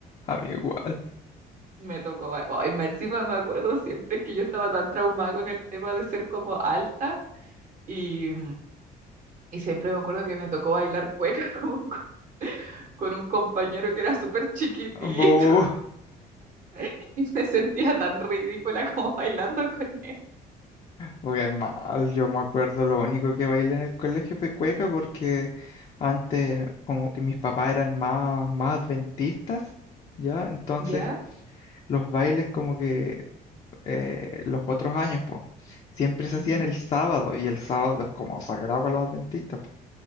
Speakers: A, on the left; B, on the right.
A: A mí igual.
B: Me tocó, ay, me- encima me acuerdo siempre que yo estaba tan traumada con el tema de ser como alta y, y siempre me acuerdo que me tocó bailar cueca <laughs> como co- con un compañero que era súper chiquitito
A: Bu,
B: <laughs> y me sentía tan ridícula como bailando con él.
A: Porque mal, yo me acuerdo, lo único que bailé en el colegio fue cueca porque antes como que mis papás eran más, más adventistas, ¿ya? Entonces
B: ¿Ya?
A: los bailes como que eh, los otros años, pues, siempre se
B: Ujú.
A: hacían el sábado y el sábado es como sagrado para los adventistas, pues.